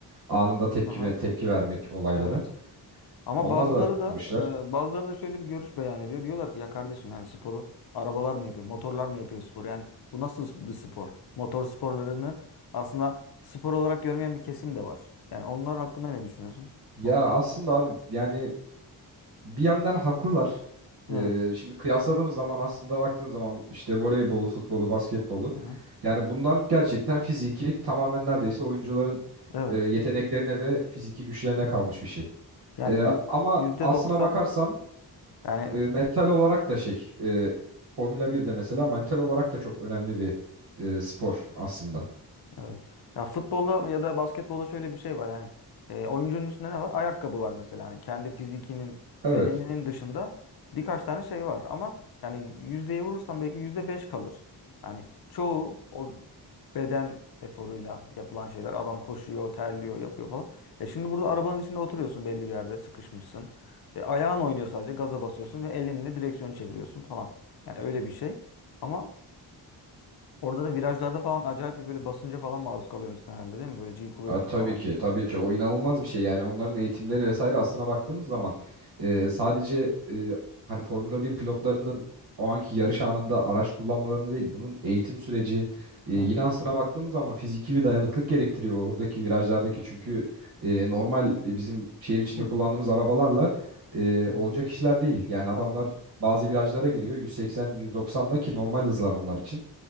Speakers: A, on the right (about 55°); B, on the left (about 55°).
A: Anında tepki
B: Hı hı.
A: tepki vermek olaylara.
B: evet. Ama
A: Onlar
B: bazıları
A: da
B: da
A: yarışlar.
B: e, bazıları da şöyle bir görüş beyan ediyor. Diyorlar ki ya kardeşim yani sporu arabalar mı yapıyor, motorlar mı yapıyor spor? Yani bu nasıl bir spor? Motor sporlarını aslında spor olarak görmeyen bir kesim de var. Yani onlar hakkında ne düşünüyorsun?
A: Ya
B: Ona
A: aslında abi yani bir yandan haklılar. Ee,
B: Evet.
A: şimdi kıyasladığımız zaman aslında baktığın zaman işte voleybolu, futbolu, basketbolu
B: Hı hı.
A: yani bunlar gerçekten fiziki tamamen neredeyse oyuncuların
B: Evet.
A: e, yeteneklerine ve fiziki güçlerine kalmış bir şey.
B: Yani
A: Ee,
B: yüz-
A: ama
B: yüzde
A: aslına
B: doksan
A: bakarsan
B: yani
A: e, mental olarak da şey e, Formula 1 de mesela mental olarak da çok önemli bir e, spor aslında.
B: Evet. Ya futbolda ya da basketbolda şöyle bir şey var yani e, oyuncunun üstünde ne var? Ayakkabı var mesela hani kendi fizikinin
A: Evet.
B: bedeninin dışında birkaç tane şey var ama yani yüzdeye vurursan belki yüzde beş kalır. Yani çoğu o beden eforuyla yapılan şeyler adam koşuyor terliyor yapıyor falan. E şimdi burada arabanın içinde oturuyorsun belli bir yerde sıkışmışsın. ve ayağın oynuyor sadece gaza basıyorsun ve elinle direksiyonu çeviriyorsun falan. Yani öyle bir şey ama Orada da virajlarda falan acayip bir böyle basınca falan maruz kalıyormuşsun herhalde değil mi? Böyle G kuvvetine
A: A, tabii
B: falan.
A: ki tabii ki o inanılmaz bir şey yani onların eğitimleri vesaire aslına baktığımız zaman e, sadece e, hani Formula bir pilotlarının o anki yarış anında araç kullanmalarını değil bunun eğitim süreci e, yine
B: Evet.
A: aslına baktığımız zaman fiziki bir dayanıklık gerektiriyor oradaki virajlardaki çünkü e, normal e, bizim şehir içinde
B: <clears throat>
A: kullandığımız arabalarla e,
B: Hı
A: olacak
B: hı.
A: işler değil yani adamlar
B: Tabii.
A: bazı virajlara giriyor 180-190'la ki normal hızlar onlar için.